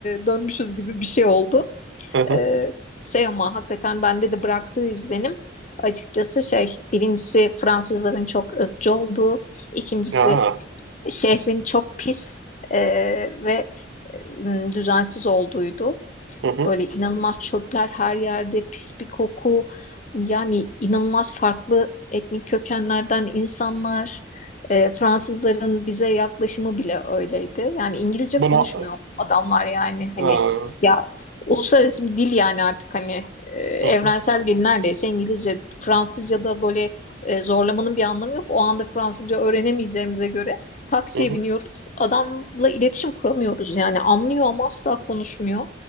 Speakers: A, on the left; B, on the right.
A: dönmüşüz gibi bir şey oldu.
B: Hı hı.
A: E, şey ama hakikaten bende de bıraktığı izlenim açıkçası şey birincisi Fransızların çok ırkçı olduğu, ikincisi
B: Aa,
A: şehrin çok pis e, ve e, düzensiz olduğuydu.
B: hı hı.
A: Böyle inanılmaz çöpler her yerde, pis bir koku. Yani inanılmaz farklı etnik kökenlerden insanlar. E, Fransızların bize yaklaşımı bile öyleydi. Yani İngilizce
B: Bunu
A: konuşmuyor adamlar yani hani
B: Aa.
A: ya uluslararası bir dil yani artık hani e, evrensel
B: Hı hı,
A: dil neredeyse İngilizce, Fransızca da böyle e, zorlamanın bir anlamı yok. O anda Fransızca öğrenemeyeceğimize göre taksiye
B: hı hı,
A: biniyoruz. Adamla iletişim kuramıyoruz. Yani anlıyor ama asla konuşmuyor.